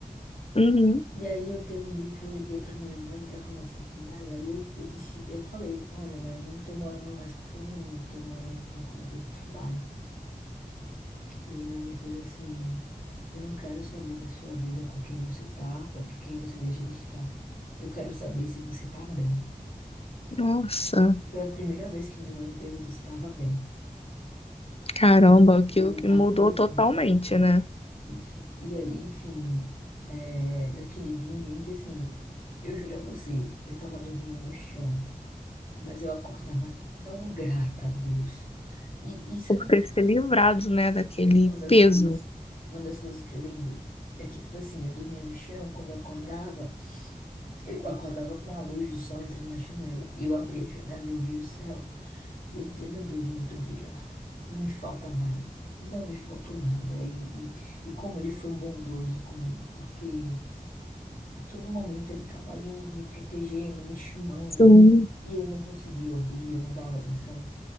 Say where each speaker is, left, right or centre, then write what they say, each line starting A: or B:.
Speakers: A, on the left (about 40°); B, on the left (about 70°).
A: Uhum.
B: E aí eu teve um dia que eu liguei para minha mãe para conversar com ela e eu, eu disse, eu falei, olha mãe, eu não tô morando mais com fulaninho, eu tô morando com um colega de trabalho. E aí minha mãe fez assim: Eu não quero saber da sua vida com quem você tá ou com quem você deixa de estar. Eu quero saber se você tá bem.
A: Nossa,
B: Foi a primeira vez que minha mãe me perguntou se eu tava bem.
A: caramba, aquilo
B: Aquilo me
A: que
B: marcou
A: mudou
B: muito.
A: totalmente, né?
B: Isso. E aí, enfim, é, daquele dia em diante, assim, eu juro a você, eu tava dormindo no chão, mas eu acordava tão grata a Deus. E, e sabe.
A: por ter se livrado, né, daquele
B: Uma das
A: peso.
B: coisas, uma das coisas que eu lembro é que, tipo assim, eu dormia no chão, quando eu acordava, eu acordava com a luz do sol entrando na janela. E eu abria a janela e eu via o céu. E eu dizia, meu Deus, muito obrigado. Não me falta nada. Não me faltou nada. E, e, e como ele foi bondoso comigo, porque a todo momento ele estava ali me protegendo, me chamando,
A: Sim.
B: e eu não conseguia ouvir, eu não dava atenção.